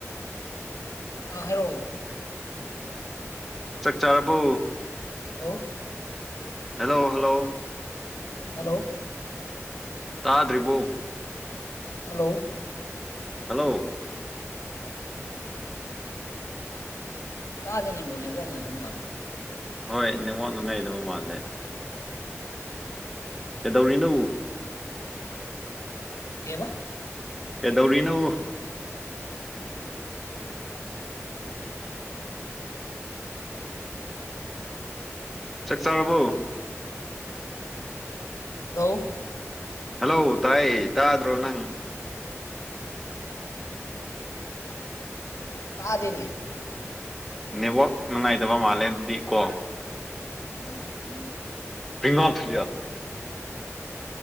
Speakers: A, on the left; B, in the centre.
A: ꯑ ꯍꯥꯏꯔꯣ
B: ꯆꯥꯛ ꯆꯥꯔꯕꯣ
A: ꯍꯜꯂꯣ
B: ꯍꯜꯂꯣ ꯍꯜꯂꯣ
A: ꯍꯜꯂꯣ
B: ꯇꯥꯗ꯭ꯔꯤꯕꯣ
A: ꯍꯜꯂꯣ
B: ꯍꯜꯂꯣ
A: ꯇꯥꯗꯦꯅꯦ ꯕ꯭ꯔꯣ ꯅꯦꯠꯋ‍꯭ꯔꯥꯛ ꯅꯨꯡꯉꯥꯏꯇ ꯃꯥꯜꯂꯦ
B: ꯍꯣꯏ ꯅꯤꯉꯣꯟ ꯅꯨꯡꯉꯥꯏꯗꯕ ꯃꯥꯜꯂꯦ ꯀꯩꯗꯧꯔꯤꯅꯣ
A: ꯄꯦꯕ
B: ꯀꯩꯗꯧꯔꯤꯅꯣ ꯆꯥꯛ ꯆꯥꯥꯔꯕ꯭ꯔ‌ꯣ
A: ꯍꯜꯂ‌ꯣ
B: ꯍꯜꯂꯣ ꯇꯥꯏ ꯇꯥꯗ꯭ꯔꯣ ꯅꯪ
A: ꯎꯝ ꯇꯥꯗꯤꯅꯦ
B: ꯅꯦꯠꯋꯥꯛ ꯅꯨꯡꯉꯥꯏꯗꯕ ꯃꯥꯜꯂꯦꯗꯤ ꯀꯣ
A: <inaudible>
B: ꯄ꯭ꯔꯤꯉꯝ ꯊꯂꯤꯌꯥꯂꯤꯌꯥ
A: ꯎ